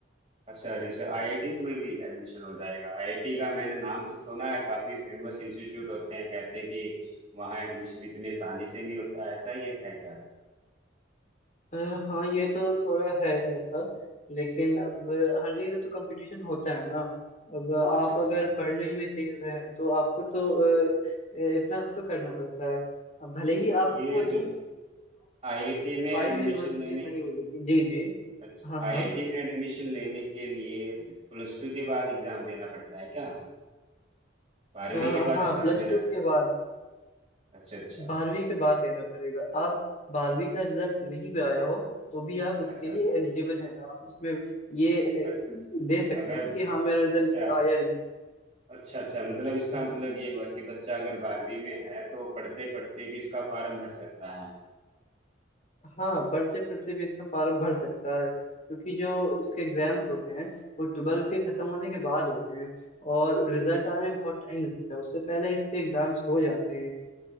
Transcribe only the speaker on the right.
अच्छा रिसर्च आईआईटीज में भी एडमिशन हो जाएगा आईआईटी का मैंने नाम तो सुना है काफी फेमस इंस्टीट्यूट होते हैं कहते हैं कि वहाँ एडमिशन इतनी आसानी से नहीं होता है ऐसा ही है, है क्या
अच्छा अच्छा
ये
जो आईआईटी में एडमिशन
लेने
अच्छा
आईआईटी
में एडमिशन लेने के लिए प्लस टू के बाद एग्जाम देना पड़ता है क्या बारहवीं
के बाद
एग्जाम
देना
पड़ेगा
अच्छा अच्छा
अच्छा
अच्छा
अगर
अच्छा
अच्छा अच्छा मतलब इसका
मतलब ये हुआ कि बच्चा अगर बारहवीं में है तो पढ़ते पढ़ते भी इसका फॉर्म भर सकता है